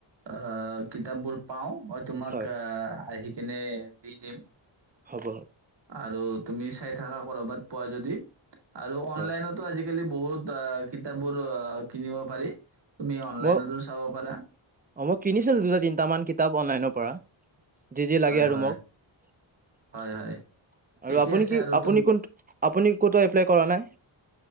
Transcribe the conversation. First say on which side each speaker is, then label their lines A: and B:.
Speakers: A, on the right; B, on the right.
A: আহ কিতাপ বোৰ পাওঁ মই তোমাক
B: হয়
A: আহি কিনে দি দিম
B: হ'ব
A: আৰু তুমি চাই থাকা ক'ৰবাত পোৱা যদি আৰু অনলাইনটো
B: হয়
A: আজি আজিকালি বহুত আ কিতাপ বোৰ কিনিব পাৰি তুমি অনলাইনতো
B: মই
A: চাব পাৰা
B: অ মই কিনিছিলো দুটা তিনটামান কিতাপ অনলাইনৰ পৰা যি যি লাগে
A: হয়
B: আৰু
A: হয়
B: মোক
A: হয় হয় ঠিকে
B: আৰু আপুনি
A: আছে
B: কি
A: আৰু
B: আপুনি
A: তুম
B: কোনটো আপুনি ক'তো এপ্লাই কৰা নাই